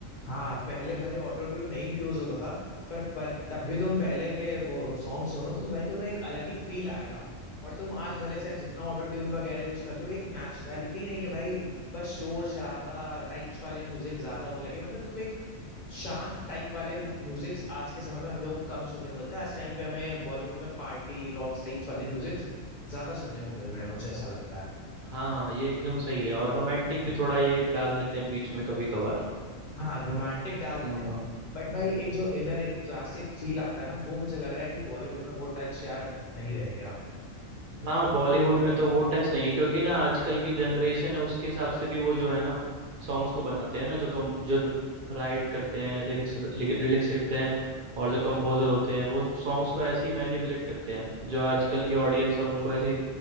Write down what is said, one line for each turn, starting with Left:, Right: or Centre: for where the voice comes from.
Left: हाँ पहले भले ऑटो ट्यून नहीं भी यूज होता था पर पर तब भी तुम पहले के वो सॉन्ग सुनो तो, भाई तुम्हें एक अलग ही फील आएगा और तुम आज भले चाहे जितना ऑटो ट्यून वगैरह यूज कर लो एक नेचुरलिटी नहीं है भाई बस शोर शराबा टाइप्स वाले म्यूजिक ज्यादा होने लगे मतलब तुम एक शांत टाइप वाले म्यूजिक आज के समय में हम लोग को कम सुनने को मिलते हैं आज टाइम पे हमें बॉलीवुड में पार्टी रॉक्स टाइप्स वाले म्यूजिक ज्यादा सुनने को मिल रहे हैं मुझे ऐसा लगता है
Right: हाँ ये एकदम सही है और रोमांटिक भी थोड़ा ये डाल देते हैं बीच में कभी कभार
Left: हाँ, रोमांटिक डाल
Right: और
Left: देते हैं बट भाई एक जो इनर एक क्लासिक फील आता है ना वो मुझे लग रहा है कि बॉलीवुड में वो टच यार अब नहीं रह गया
Right: हाँ बॉलीवुड में तो वो टच नहीं है क्योंकि ना आजकल की जनरेशन है उसके हिसाब से भी वो जो है ना सॉन्ग्स को बनाते हैं ना जो कम जो राइट करते हैं लिरिक्स लिरिक्स लिखते हैं और जो कंपोजर होते हैं वो सॉन्ग्स को ऐसे ही मैनिपुलेट करते हैं जो आजकल की ऑडियंस है उनको ऐसी